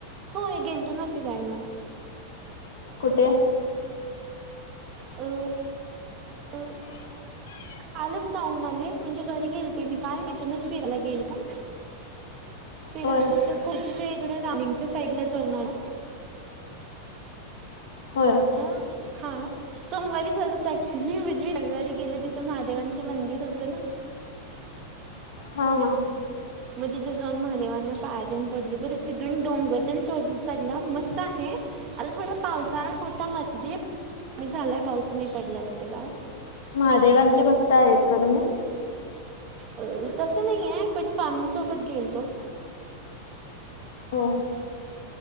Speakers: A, on the right; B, on the left.
A: होय गेलतो ना फिरायला
B: कुठे
A: अ
B: ह
A: कालच जाऊन आले म्हणजे घरी गेल ते मी काल तिथूनच फिरायला गेलो फिराय
B: होय
A: कुठ खुर्जच्या इकडे रानंगच्या साईड ला जाऊन आलो
B: होय
A: मस्त हा सोमवारी जातात ऍक्च्युली म्हणजे रविवारी गेले तिथं महादेवांचं मंदिर होतं ना
B: हा, हा
A: मग तिथं जाऊन महादेवांना पायात पडल ब तिथून डोंगर चढला मस्त आहे आर थोडा पावसाळा होता मध्ये झालाय पाऊस नाही पडला तिथे काल
B: महादेवांचे भक्त आहेत का तुम्ही
A: अ तसं नाही आहे बट फॅमिली सोबत गेल तो
B: हो